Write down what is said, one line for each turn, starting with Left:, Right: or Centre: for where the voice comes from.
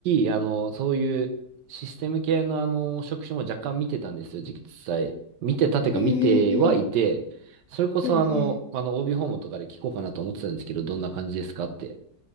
Right: 直、あの、そういうシステム系のあの、職種も若干見てたんですよ、実際。見てたてか見てはいて、
Left: うんうんうん。
Right: それこそあの、
Left: うんうん。
Right: あの、OB 訪問とかで聞こうかなと思ってたんですけど、どんな感じですかって。